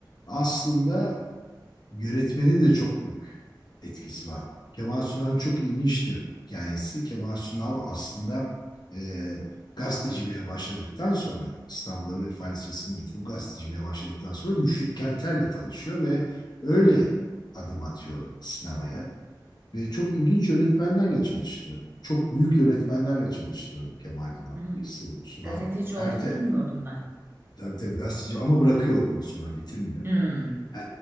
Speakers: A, on the left; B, on the right.
A: aslında yönetmenin de çok büyük etkisi var. Kemal Sunal'ın çok ilginçtir hikayesi. Kemal Sunal aslında e, gazeteciliğe başladıktan sonra İstanbul'da ve Fen Lisesi'ni bitirip gazeteciliğe başladıktan sonra Müşfik Kenter'le tanışıyor ve öyle adım atıyor sinemaya. Ve çok ilginç yönetmenlerle çalıştı. Çok büyük yönetmenlerle çalıştı Kemal
B: Hmm.
A: Sunal. Sunal.
B: Gazeteci
A: Erte,
B: olduğunu bilmiyordum ben.
A: Tabii tabii gazeteci ama bırakıyor
B: Hmm.
A: okulu sonra bitirmiyor.
B: Hmm.
A: Ee,